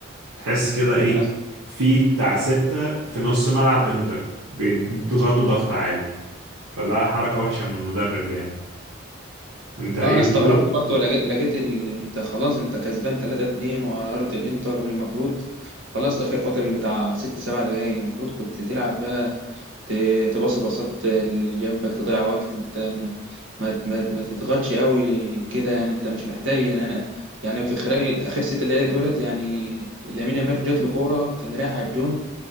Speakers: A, on the right; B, on the right.
A: تحس كده ايه
B: انا
A: في بتاع ستة في نص ملعب انتر بيضغطوا ضغط عالي فده حركة وحشة من المدرب يعني انت ايه
B: اه انا
A: بتقول؟
B: استغربت برضه لقيت لقيت ال... انت خلاص انت كسبان 3 2 وعلى ارض الانتر المفروض خلاص اخر فاضل بتاع 6 7 دقايق المفروض كنت تلعب بقى ت... تباصي باصات اللي جنبك تضيع وقت انت ما ما ما, ما تضغطش قوي كده يعني انت مش محتاج يعني انا يعني في خلال اخر 6 دقايق دولت يعني لامين يامال جات له كوره كان رايح على الجون